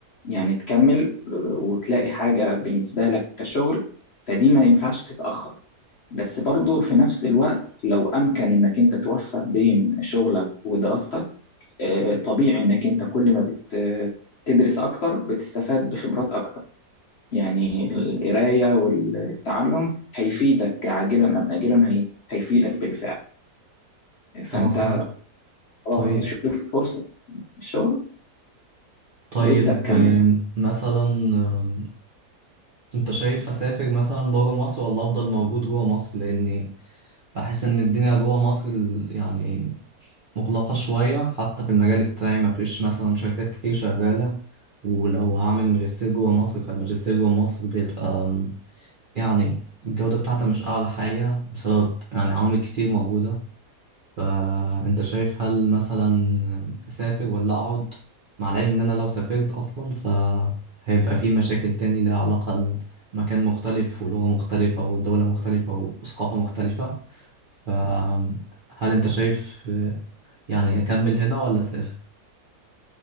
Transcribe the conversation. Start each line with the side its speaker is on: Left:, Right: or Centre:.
Left: يعني تكمل آه، وتلاقي حاجة بالنسبة لك كشغل فدي ما ينفعش تتأخر بس برضو في نفس الوقت لو أمكن إنك أنت توفق بين شغلك ودراستك آه، طبيعي إنك أنت كل ما بت تدرس أكتر بتستفاد بخبرات أكتر يعني القراية والتعلم هيفيدك عاجلا أم آجلا هي... هيفيدك بالفعل فأنت
Right: عظيم
Left: خلاص
Right: طيب
Left: شوف فرصة الشغل
Right: طيب
Left: وابدأ كمل
Right: آم،
Left: يعني.
Right: مثلا آم، انت شايف اسافر مثلا بره مصر ولا افضل موجود جوه مصر لاني بحس إن الدنيا جوه مصر ال- يعني مغلقة شوية حتى في المجال بتاعي ما فيش مثلا شركات كتير شغالة ولو هعمل ماجستير جوه مصر فالماجستير جوه مصر بيبقى أم، يعني الجودة بتاعتها مش أعلى حاجة بسبب يعني عوامل كتير موجودة فأنت شايف هل مثلا أسافر ولا أقعد مع العلم إن أنا لو سافرت أصلا فهيبقى في مشاكل تاني لها علاقة مكان مختلف ولغة مختلفة ودولة مختلفة وثقافة مختلفة فهل انت شايف آه، يعني اكمل هنا ولا اسافر